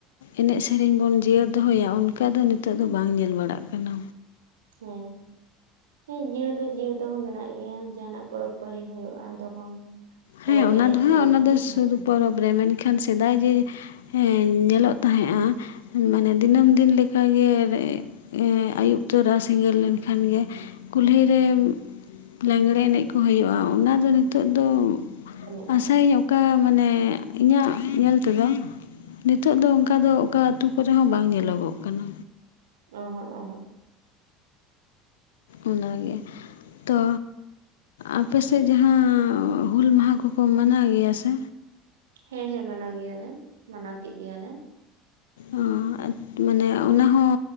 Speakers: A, on the left (about 80°); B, on the right (about 80°).
A: ᱮᱱᱮᱡ, ᱥᱮᱨᱮᱧ ᱵᱚᱱ ᱡᱤᱭᱟᱹᱲ ᱫᱚᱦᱚᱭᱟ ᱚᱱᱠᱟ ᱫᱚ ᱱᱤᱛᱚᱜ ᱫᱚ ᱵᱟᱝ ᱧᱮᱞ ᱵᱟᱲᱟᱜ ᱠᱟᱱᱟ᱾
B: ᱦᱮᱸ᱾ ᱦᱮᱸ ᱡᱤᱭᱟᱹᱲ ᱫᱚ ᱡᱤᱭᱟᱹᱲ ᱫᱚᱦᱚᱸ ᱢᱮᱱᱟᱜ ᱜᱮᱭᱟ, ᱡᱟᱦᱟᱱᱟᱜ ᱯᱚᱨᱚᱵᱽ ᱯᱟᱦᱟᱲᱤ ᱦᱩᱭᱩᱜ-ᱟ ᱛᱚᱠᱷᱚᱱ᱾ ᱠᱚ
A: ᱦᱮᱸ ᱚᱱᱟ
B: ᱮᱱᱮᱡ
A: ᱫᱚ ᱦᱟᱸᱜ
B: ᱥᱮᱨᱮᱧᱟ
A: ᱚᱱᱟ ᱫᱚ ᱥᱩᱨ
B: ᱦᱮᱸ
A: ᱯᱚᱨᱚᱵᱽ ᱨᱮ, ᱢᱮᱱᱠᱷᱟᱱ ᱥᱮᱫᱟᱭ ᱡᱮ ᱦᱮᱸ ᱧᱮᱞᱚᱜ ᱛᱟᱦᱮᱸᱜ-ᱟ᱾ ᱢᱟᱱᱮ ᱫᱤᱱᱟᱹᱢ ᱫᱤᱱ ᱞᱮᱠᱟᱜᱮ ᱮᱸᱦᱮᱸ ᱟᱹᱭᱩᱵ ᱛᱚᱨᱟ, ᱥᱤᱸᱜᱟᱹᱲ ᱞᱮᱱᱠᱷᱟᱱ ᱜᱮ ᱠᱩᱞᱦᱤ ᱨᱮᱢ ᱞᱟᱜᱽᱲᱮ ᱮᱱᱮᱡ ᱠᱚ ᱦᱳᱭᱳᱜ-ᱟ᱾ ᱚᱱᱟᱫᱚ ᱱᱤᱛᱚᱜ ᱫᱚ
B: ᱵᱟᱹᱱᱩᱜᱼᱟ
A: ᱟᱥᱟᱭᱟᱹᱧ ᱚᱠᱟ ᱢᱟᱱᱮ ᱤᱧᱟᱹᱜ ᱧᱮᱞ ᱛᱮᱫᱚ ᱱᱤᱛᱚᱜ ᱫᱚ ᱚᱝᱠᱟ ᱫᱚ ᱚᱠᱟ ᱟᱛᱩ ᱠᱚᱨᱮ ᱦᱚᱸ ᱵᱟᱝ ᱧᱮᱞᱚᱜᱚᱜ ᱠᱟᱱᱟ᱾
B: ᱚ ᱦᱚᱸ ᱚᱸᱦᱚᱜ᱾
A: ᱚᱱᱟᱜᱮ᱾ ᱛᱚ ᱟᱯᱮᱥᱮ ᱡᱟᱦᱟᱸ, ᱦᱩᱞ ᱢᱟᱦᱟ ᱠᱚᱠᱚ ᱢᱟᱱᱟᱣ ᱜᱮᱭᱟ ᱥᱮ?
B: ᱦᱮᱸ ᱦᱮᱸ ᱢᱟᱱᱟᱣ ᱜᱮᱭᱟᱞᱮ, ᱢᱟᱱᱟᱣ ᱠᱮᱜ ᱜᱮᱭᱟᱞᱮ᱾
A: ᱟ ᱟᱹᱫ ᱢᱟᱱᱮ ᱚᱱᱟ ᱦᱚᱸ